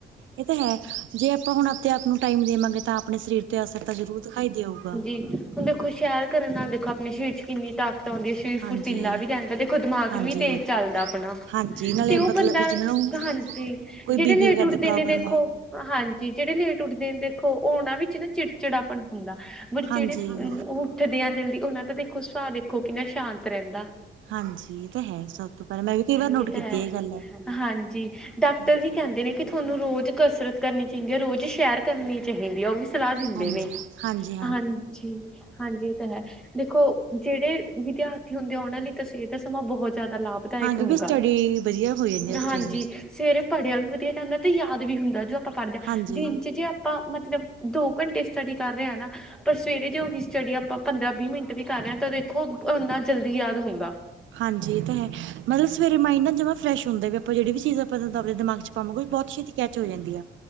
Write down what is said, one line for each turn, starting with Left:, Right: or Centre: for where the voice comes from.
Right: ਏ ਤਾਂ ਹੈ ਜੇ ਆਪਾਂ ਹੁਨ ਆਪਦੇ ਆਪ ਨੂੰ ਟਾਈਮ ਦੇਵਾਂਗੇ ਤਾਂ ਆਪਨੇ ਸਰੀਰ ਤੇ ਅਸਰ ਤਾਂ ਜ਼ਰੂਰ ਦਖਾਈ ਦੇਊਗਾ।
Centre: ਹੁਨ ਦੇਖੋ ਸ਼ੈਰ ਕਰਨ ਨਾਲ ਦੇਖੋ ਆਪਨੇ ਸਰੀਰ ਚ ਕਿੰਨੀ ਤਾਕਤ ਔਂਦੀ ਐ। ਸ਼ਰੀਰ
Right: ਹਾਂਜੀ।
Centre: ਫੁਰਤੀਲਾ ਵੀ ਰੈਂਦਾ ਦੇਖੋ ਦਮਾਕ
Right: ਹਾਂਜੀ
Centre: ਵੀ ਤੇਜ਼ ਚੱਲਦਾ ਆਪਨਾ,
Right: ਹਾਂਜੀ ਨਾਲੇ
Centre: ਤੇ ਓ
Right: ਮਤਲਬ
Centre: ਬੰਦਾ
Right: ਵੀ ਜਿਹਨਾਂ ਨੂੰ
Centre: ਹਾਂਜੀ
Right: ਕੋਈ
Centre: ਜੇੜੇ
Right: ਬੀ
Centre: ਲੇਟ
Right: ਪੀ ਵਗੈਰਾ
Centre: ਉੱਠਦੇ
Right: ਦੀ ਪ੍ਰੋਬਲਮ
Centre: ਨੇ ਦੇਖੋ
Right: ਹੈ।
Centre: ਹਾਂਜੀ ਜੇੜੇ ਲੇਟ ਉੱਠਦੇ ਨੇ ਦੇਖੋ ਓਨਾਂ ਵਿੱਚ ਨਾ ਚਿੜਚਿੜਾਪਨ ਹੁੰਦਾ ਬਟ
Right: ਹਾਂਜੀ
Centre: ਜੇੜੇ ਓ ਉੱਠਦੇਆਂ ਜਲਦੀ ਓਨਾਂ ਦਾ ਦੇਖੋ ਸੁਭਾਅ ਦੇਖੋ ਕਿੰਨਾ ਸ਼ਾਂਤ ਰੈਂਦਾ।
Right: ਹਾਂਜੀ, ਏ ਤਾਂ ਹੈ ਸਭ ਤੋਂ ਪੈਲਾਂ ਮੈਂ ਵੀ ਕਈ ਵਾਰ ਨੋਟ
Centre: ਇਹ
Right: ਕੀਤੀ
Centre: ਤਾਂ ਹੈ
Right: ਐ ਏ ਗੱਲ।
Centre: ਹਾਂਜੀ ਡਾਕਟਰ
Right: ਹਾਂਜੀ।
Centre: ਵੀ ਕੈਂਦੇ ਨੇ ਕੇ ਥੋਨੂੰ ਰੋਜ਼ ਕਸਰਤ ਕਰਨੀ ਚਈਂਦੀ ਐ ਰੋਜ਼ ਸ਼ੈਰ ਕਰਨੀ ਚਾਈਂਦੀ ਐ ਓ ਵੀ ਸਲਾਅ ਦਿੰਦੇ
Right: ਹਾਂਜੀ
Centre: ਨੇ,
Right: ਹਾਂਜੀ
Centre: ਹਾਂਜੀ। ਹਾਂਜੀ ਏ ਤਾਂ ਹੈ ਦੇਖੋ ਜੇੜੇ ਵਿਦਿਆਰਥੀ ਹੁੰਦੇ ਓਨਾਂ ਲਈ ਤਾਂ ਸੇਤ ਸਮਾਂ ਬਹੁ ਜਾਦਾ ਲਾਭਦਾਇਕ
Right: ਹਾਂ ਕਿਉਂਕਿ
Centre: ਹੁੰਦਾ,
Right: ਸਟੱਡੀ ਵਧੀਆ ਹੋ ਜਾਂਦੀ ਉਸ
Centre: ਹਾਂਜੀ
Right: ਟਾਈਮ
Centre: ਸਵੇਰੇ ਪੜੇਆ ਵੀ ਵਦੀਆ ਜਾਂਦਾ ਤੇ ਯਾਦ ਵੀ ਹੁੰਦਾ ਜੋ ਆਪਾਂ ਪੜਦੇ ਆਂ,
Right: ਹਾਂਜੀ
Centre: ਦਿਨ ਚ ਜੇ ਆ ਆਪਾਂ ਮਤਲਬ ਦੋ ਘੰਟੇ ਸਟੱਡੀ ਕਰ ਰਏ ਆਂ ਨਾ ਪਰ ਸਵੇਰੇ ਜੇ ਓਹੀ ਸੱਟਡੀ ਆਪਾਂ ਪੰਦਰਾਂ ਵੀਹ ਮਿੰਟ ਵੀ ਕਰ ਰਏ ਆਂ ਤਾਂ ਦੇਖੋ ਓਨਾ ਜਲਦੀ ਯਾਦ ਹੁੰਦਾ।
Right: ਹਾਂਜੀ ਏ ਤਾਂ ਹੈ, ਮਤਲਬ ਸਵੇਰੇ ਮਾਈਂਡ ਨਾ ਜਮਾਂ ਫਰੈਸ਼ ਹੁੰਦਾ ਵੀ ਆਪਾਂ ਜੇੜੀ ਵੀ ਚੀਜ਼ ਆਪਾਂ ਆਪਨੇ ਦਮਾਗ ਚ ਪਾਵਾਂਗੇ ਓ ਵੀ ਬੋਤ ਛੇਤੀ ਕੈਚ ਹੋ ਜਾਂਦੀ ਆ।